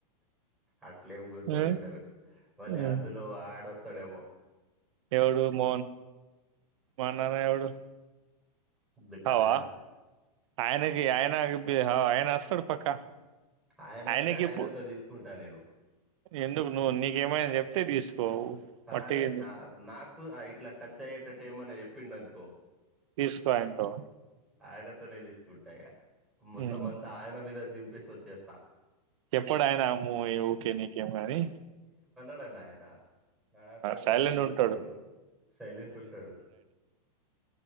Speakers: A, in the centre; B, on the right (about 50°).
A: <inaudible> అట్లేమి కూర్సోబెట్టరు
B: ఆ!
A: మళ్ళీ
B: ఆ!
A: అందులో అడ వస్త స్థాడేమో
B: ఎవడు మోహన్ మన్నానా ఎవడు
A: దుకాణాయన
B: అవా ఆయనగి ఆయనగి బ ఆయన అస్తడు పక్క
A: ఆయన
B: ఆయనకి
A: వస్తే ఆయనతో
B: ఇప్పు
A: తీసుకుంటా నేను
B: ఎందుకు నువ్వు నీకేమైని చెప్తే తీసు పో
A: ఆ,
B: మట్టింది
A: అదే నా నాకు ఇట్లా టచ్ అయ్యేటట్టు ఏమన్నా చెప్పిండనుకో
B: తీసుకోయంతో
A: ఆయనతోనే తీసుకుంటాయిగ మొత్తం
B: హ్మ్.
A: అంతా ఆయన మీద దింపేసి ఓచ్చేస్తా
B: ఎప్పడు ఆయనాము ఓకే నీకేం కాని
A: ంట ఆయన నాతోటి
B: సైలెంట్
A: ఏం తీసుకోడు
B: ఉంటాడు.
A: సైలెంట్ ఉంటాడు